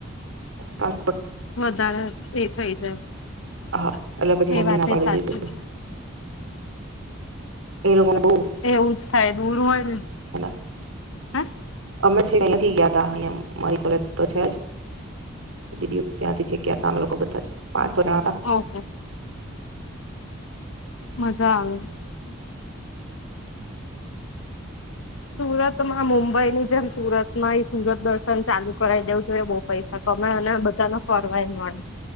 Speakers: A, on the right; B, on the left.
A: એ
B: વધારે એ થઇ જાય.
A: હા એટલે પછી મમ્મી
B: એ વાતે
A: ના પાડી
B: સાચી.
A: દીધી એ લોકોનું.
B: એવું જ થાય દૂર હોય ને
A: ટાઈમે
B: હ.
A: અમે છે અહીયાથી ગયા તા અહં મારી કોલેજ તો છે જ દીદી ત્યાંથી છે ગયા ત અમે લોકો બધા જ. પાતરા.
B: ઓહો મજા આવે. સુરત માં મું બઇ એ ની જેમ સુરત માં સુરત દર્શન પણ ચાલુ કરાવી દેવું જોઈએ બહુ પૈસા કમે અને બધા ન ફરવાય મળે